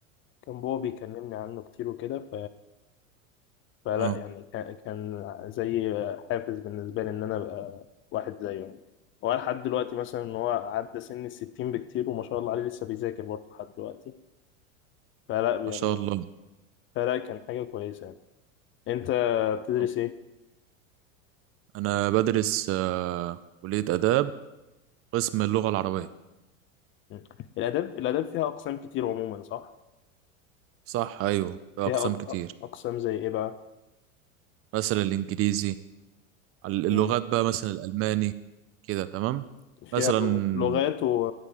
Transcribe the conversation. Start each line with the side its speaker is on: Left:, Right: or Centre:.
Left: بابا بيكلمني عنه كتير وكده فلا
Right: آه،
Left: يعني كان كان زي حافز بالنسبة لي إن أنا أبقى واحد زيه يعني هو لحد دلوقتي مثلا إن هو عدى سن الستين بكتير وما شاء الله عليه لسه بيذاكر برضه لحد دلوقتي فلا
Right: ما
Left: يعني
Right: شاء الله
Left: فلا كان حاجة كويسة يعني أنت بتدرس
Right: طب
Left: إيه؟
Right: انا بدرس آه، كلية آداب قسم اللغة العربية
Left: مم. الآداب الآداب فيها أقسام كتير عموما صح؟
Right: صح ايوه في
Left: فيها
Right: اقسام
Left: أق-
Right: كتير
Left: أقسام زي إيه بقى؟
Right: مثلا الانجليزي ال- اللغات
Left: مم.
Right: بقى مثلا الالماني كده تمام
Left: فيها
Right: مثلا
Left: لغ- لغات و